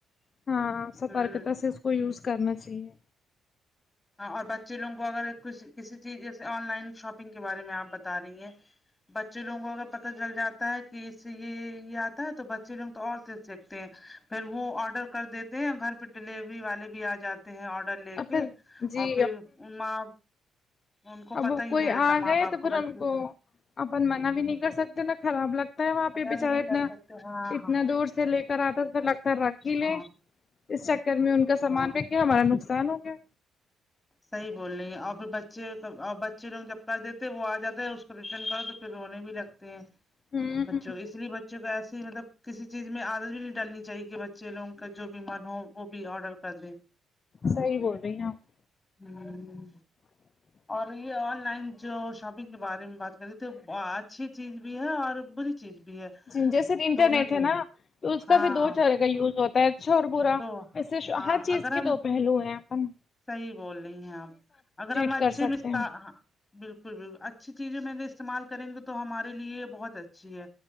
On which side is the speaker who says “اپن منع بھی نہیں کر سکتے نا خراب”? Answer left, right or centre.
Left